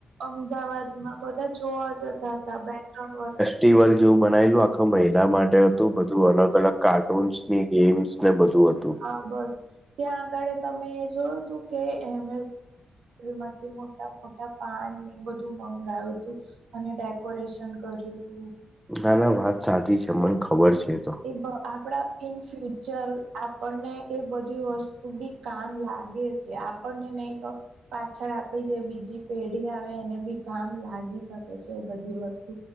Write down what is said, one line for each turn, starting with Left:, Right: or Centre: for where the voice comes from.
Right: અમદાવાદમાં બધા જોવા જતા હતા બે ત્રણ વર્ષ.
Centre: લ જેવું બનાયલું આખું મહિલા માટે હતું બધું અલગ અલગ કાર્ટૂન્સ ની ગેમ્સ ને બધું હતું.
Right: હા બસ ત્યાં આગળ તમે જોયું તું કે એમ <inaudible> મોટા મોટા પાનને બધું મંગાવું તું અને ડેકોરેશન કર્યું તું.
Centre: ના ના વાત સાચી છે, મને ખબર છે એ તો.
Right: આપણા ઇન ફ્યુચર આપણને એ બધી વસ્તુ બી કામ લાગે છે આપણને નહી તો પાછળ આપડી જે બીજી પેઢી આવે એને બી કામ લાગી શકે છે એ બધી વસ્તુ.